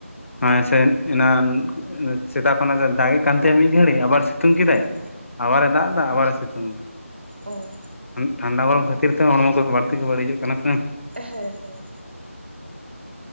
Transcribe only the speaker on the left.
ᱦᱮᱸ ᱥᱮ ᱮᱱᱟᱱ ᱥᱮᱛᱟᱜ ᱠᱷᱚᱱᱟᱜ ᱫᱚᱭ ᱫᱟᱜᱮᱜ ᱠᱟᱱ ᱛᱟᱦᱮᱜ ᱢᱤᱫ ᱜᱷᱟᱹᱲᱤ ᱟᱵᱟᱨ ᱥᱤᱛᱩᱝ ᱠᱮᱫᱟᱭ
ᱟᱵᱟᱨᱮ ᱫᱟᱜ ᱫᱟ ᱟᱵᱟᱨᱮ ᱥᱤᱛᱩᱝ ᱫᱟ
ᱴᱷᱟᱱᱰᱟ ᱜᱚᱲᱚᱢ ᱠᱷᱟᱹᱛᱤᱨ ᱛᱮ ᱦᱚᱲᱢᱚ ᱠᱚ ᱵᱟᱹᱲᱛᱤ ᱜᱮ ᱵᱟᱹᱲᱤᱡᱚᱜ ᱠᱟᱱᱟ ᱥᱮ